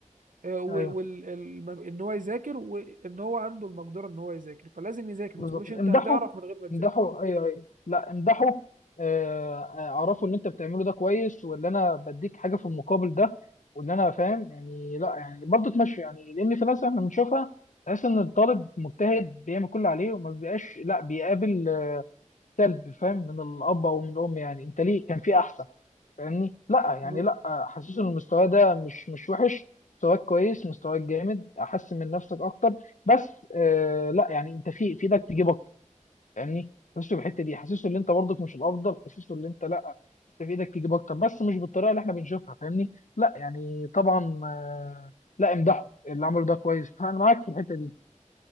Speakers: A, on the right; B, on the left.
A: وان
B: ايوه
A: هو يذاكر وان هو عنده المقدره ان هو يذاكر فلازم يذاكر
B: بالظبط
A: ما تقولوش انت
B: امدحوا
A: هتعرف من غير ما تذاكر
B: امدحوا ايوه ايوه لا امدحوا آه، آه، اعرفوا ان انت بتعمله ده كويس ولا انا بديك حاجه في المقابل ده ولا انا فاهم يعني لا يعني برضه تمشي يعني لان في ناس احنا بنشوفها تحس ان الطالب مجتهد بيعمل كل اللي عليه وما بيبقاش لا بيقابل آه، سلب فاهم من الاب او من الام يعني انت ليه كان في احسن فاهمني لا يعني
A: ب-
B: لا حاسس ان المستوى ده مش مش وحش مستواك كويس مستواك جامد احسن من نفسك اكتر بس آه لا يعني انت في في ايدك تجيب اكتر فاهمني حاسسه بالحته دي حاسسه ان انت برضك مش الافضل حاسسه ان انت لا انت في ايدك تجيب اكتر بس مش بالطريقه اللي احنا بنشوفها فاهمني لا يعني طبعا آه لا امدحه اللي عمله ده كويس فانا معاك في الحته دي